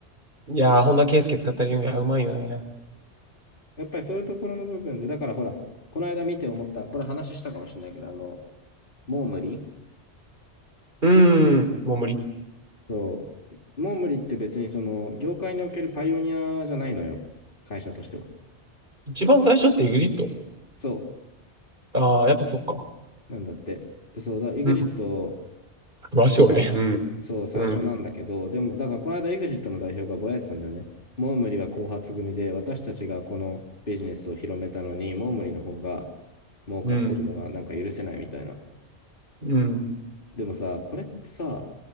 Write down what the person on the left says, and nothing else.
やっぱりそういうところの部分で、だからほら、この間見て思った、これ話したかもしれないけど、あの、モームリ
そう。モームリって別にその、業界におけるパイオニアじゃないのよ。会社としては。
そ
う。なんだって。で、そうだ、エグジット
が、
そう、最初なんだけど、
でも、だからこの間エグジットの代表がぼやいてたんだよね。モームリは後発組で、私たちがこのビジネスを広めたのに、モームリの方が、儲かってるのがなんか許せないみたいな。
でもさ、これってさ、